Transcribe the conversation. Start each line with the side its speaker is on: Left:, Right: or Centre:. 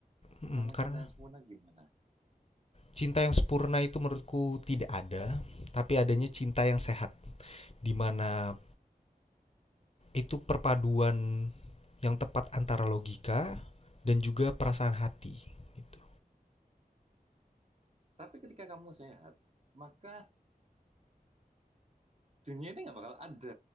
Left: mm,
Right: karena
Left: karena
Right: cinta yang sempurna gimana?
Left: cinta yang sempurna itu menurutku tidak ada, tapi adanya cinta yang sehat di mana itu perpaduan yang tepat antara logika dan juga perasaan hati gitu.
Right: Tapi ketika kamu sehat, maka dunia ini nggak bakal ada